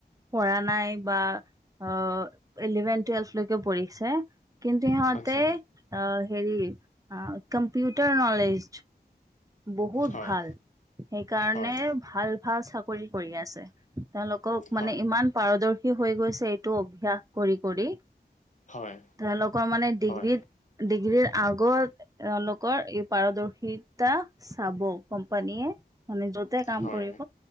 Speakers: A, on the right; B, on the left.
A: পঢ়া নাই বা অ' ইলেভেন টুৱেলভলৈকে পঢ় ছে কিন্তু সিহঁতে
B: আচ্ছা
A: অ' হেৰি আ, কম্পিউটাৰ ন'লেজ বহুত
B: হয়
A: ভাল সেইকাৰণে
B: হয়
A: ভাল ভাল চাকৰি কৰি আছে। তেওঁলোকক মানে
B: হয়
A: ইমান পাৰদৰ্শি হৈ গৈছে এইটো অভ্যাস কৰি কৰি,
B: হয়
A: তেওঁলোকৰ মানে ডিগ্ৰীত
B: হয়
A: ডিগ্ৰীৰ আগত এওঁলোকৰ এই পাৰদৰ্শিত তা চাব কোম্পানীয়ে। মানে য'তে কাম
B: হয়
A: কৰিব